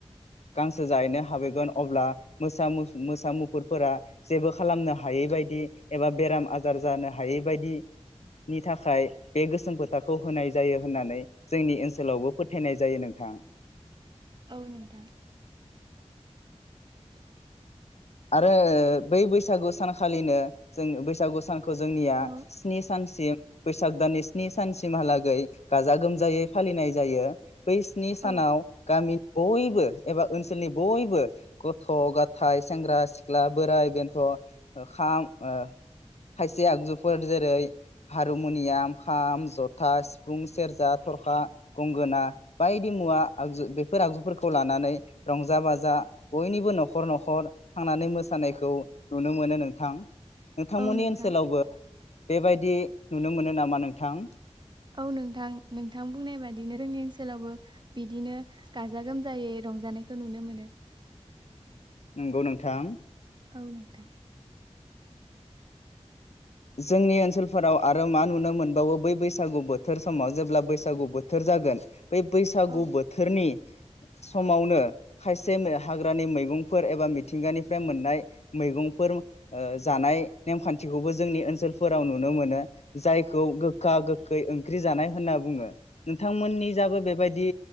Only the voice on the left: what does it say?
गांसो जाहैनो हाबैगोन अब्ला मोसा मोसा मुफुरफोरा जेबो खालामनो हायै बायदि एबा बेराम आजार जानो हायै बायदिनि थाखाय बे गोसोम फोथाखौ होनाय जायो होननानै जोंनि ओनसोलावबो फोथायनाय जायो नोंथां।
आरो बै बैसागु सानखालिनो जों बैसागु सानखौ जोंनिया
स्नि सानसिम बैसाग दाननि स्नि सानसिमहालागै गाजा गोमजायै फालिनाय जायो। बै स्नि सानाव
गामि बय बो एबा ओनसोलनि बयबो गथ ग थाइ सेंग्रा सिख्ला बोराइ बेन्थ खाम खायसे आगजुफोर जेरै हारमुनियाम, खाम, जथा, सिफुं, सेरजा, थरखा, गंगोना बायदि मुवा आगजु बेफोर आगजुफोरखौ लानानै रंजा बाजा बयनिबो नखर न खर थांनानै मोसानायखौ नुनो मोनो नोंथां। नोंथांमोननि
ओनसोलावबो बेबायदि नुनो मोनो नामा नोंथां?
नंगौ नोंथां।
जोंनि ओनसोलफोराव आरो मा नुनो मोनबावो बै बैसागु बोथोर समाव जेब्ला बैसागु बोथोर जागोन बै बैसागु
बोथोरनि समावनो खायसे नो हाग्रानि मैगंफोर एबा मिथिंगानिफ्राय मोननाय मैगंफोर ओ जानाय नेमखान्थिखौबो जोंनि ओनसोलफोराव नुनो मोनो जायखौ गोखा गोखै ओंख्रि जानाय होनना बुङो नोंथांमोननि जाबो बेबायदि